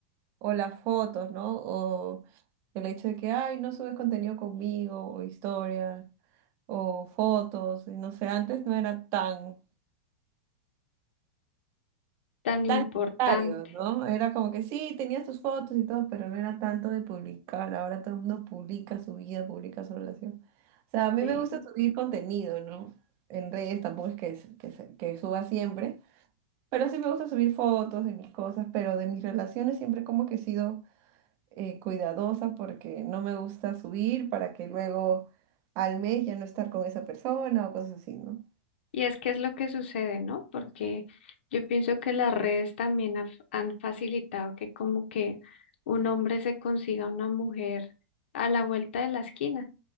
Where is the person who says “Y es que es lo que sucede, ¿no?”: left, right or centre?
Left